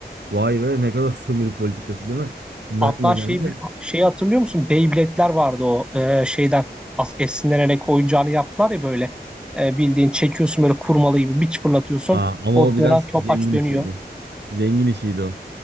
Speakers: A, on the right; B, in the centre.
A: Vay be ne kadar sömürü politikası değil mi? Şimdi
B: Hatta
A: aklıma geldi
B: şey
A: de.
B: şeyi hatırlıyor musun? Beyblade'ler vardı o e, şeyden as- esinlenerek oyuncağını yaptılar ya böyle. E, bildiğin çekiyorsun böyle kurmalı gibi bir fırlatıyorsun.
A: Aa, ama
B: O
A: o biraz
B: dönen topaç
A: zengin işiydi.
B: dönüyor.
A: Zengin işiydi o.